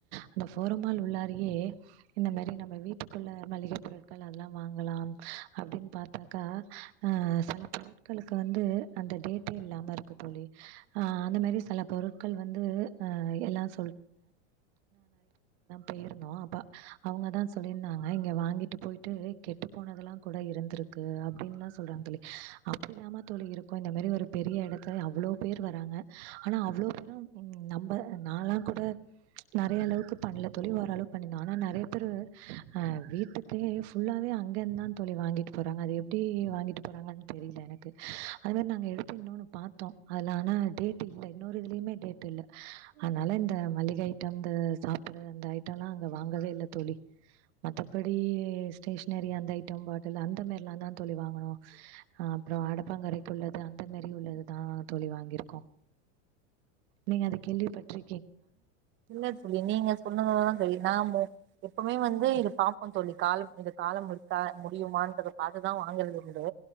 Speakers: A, on the right; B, on the right.
A: அந்த போரமால் உள்ளாரியே இந்த மாதிரி நம்ம வீட்டுக்குள்ள மளிகை பொருட்கள் அதெல்லாம் வாங்கலாம் அப்படின்னு பார்த்தாக்காஹ சில பொருட்களுக்கு வந்து அந்த டேட்ட இல்லாம இருக்கு தோழி அந்த மாதிரி சில பொருட்கள் வந்து எல்லாம் போயிருந்தோ. அப்ப அவங்க தா சொல்லியிருந்தாங்க இங்க வாங்கிட்டு போயிட்டு கெட்டு போனதெல்லா கூட இருந்திருக்கு அப்டின்னுலா சொல்றாங்க தோழி. அப்டி இல்லாம தோழி இருக்கு இந்த மாரி ஒரு பெரிய எடத்த அவ்ளோ பேர் வராங்க ஆனால் அவ்வளோ பேரும் நம்ம நான்லாம் கூட நிறைய அளவுக்கு பண்ணல தோழி ஓர அளவு பண்ணிருந்தோம் ஆனா நிறைய பேர் வீட்டுக்கே ஃபுல்லாவே அங்க இருந்தான் வாங்கிட்டு போறாங்க அது எப்படி வாங்கிட்டு போறாங்கன்னு தெரியல எனக்கு அது மாதிரி நா எடுத்து இன்ன பாத்தோம் ஆனா இன்னொரு இதுலயுமேனால இந்த மளிகை ஐட்டம் இந்த சாப்பிடுறது அந்த ஐட்டம் எல்லாம் அங்க வாங்கவே இல்லை தோழி மத்தபடி ஸ்டேஷனரி அந்த ஐட்டம் பாட்டில் அந்த மாதிரி எல்லாம் தான் தோழி வாங்கணும் அஹ் அப்புறம் அடப்பாங்கரைக்கு உள்ளது அந்த மாதாரி உள்ளதுதான் தோழி வாங்கியிருக்கோம் நீங்க அதை கேள்வி பற்றி
B: இல்லலை தோழி நீங்க சொன்னததான் தெரிய நாமும் எப்பவுமே வந்து
A: இரு
B: இது பாப்போம் தோழி காலம் இந்த காலம் முத்தா முடியுமாறது பார்த்துதான் வாங்கறது உண்டு